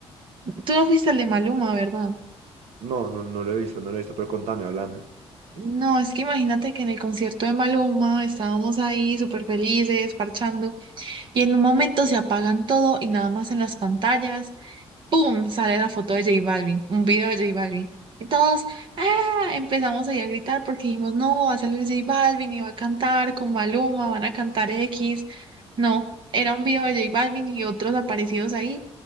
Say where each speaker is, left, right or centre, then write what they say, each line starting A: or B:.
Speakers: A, on the right; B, on the right.
A: tú no fuiste al de Maluma, ¿verdad?
B: No, no, no lo he visto, no lo he visto, pero contame, háblame.
A: No, es que imagínate que en el concierto de Maluma estábamos ahí súper felices, parchando, y en un momento se apagan todo y nada más en las pantallas ¡Pum! Sale la foto de J Balvin, un video de J Balvin. Y todos, ¡ah! Empezamos ahí a gritar porque dijimos, no, va a salir J Balvin y va a cantar con Maluma, van a cantar X. No, era un video de J Balvin y otros aparecidos ahí